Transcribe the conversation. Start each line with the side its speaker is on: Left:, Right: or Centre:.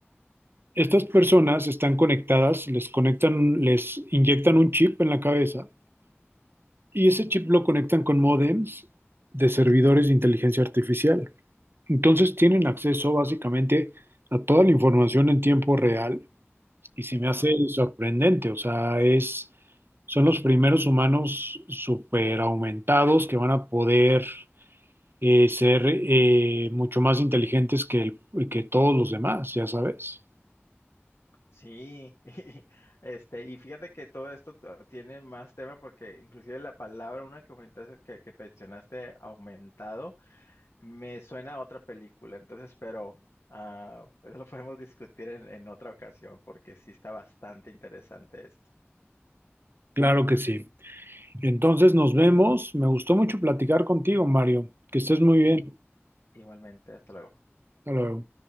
Right: estas personas están conectadas, les conectan, les inyectan un chip en la cabeza y ese chip lo conectan con modems de servidores de inteligencia artificial. Entonces tienen acceso básicamente a toda la información en tiempo real y se me
Left: Wow.
Right: hace sorprendente, o sea, es, son los primeros humanos super aumentados que van a poder eh, ser eh, mucho más inteligentes que, el- que todos los demás, ya sabes.
Left: Sí, <laughs> y, este, y fíjate que todo esto t- ah, tiene más tema porque inclusive la palabra, una que comentaste, que, que mencionaste, aumentado, me suena a otra película, entonces, pero ah, eso lo podemos discutir en, en otra ocasión porque sí está bastante interesante esto.
Right: Claro que sí. Entonces nos vemos. Me gustó mucho platicar contigo, Mario. Que estés muy bien.
Left: Y, igualmente, hasta luego.
Right: Hasta luego.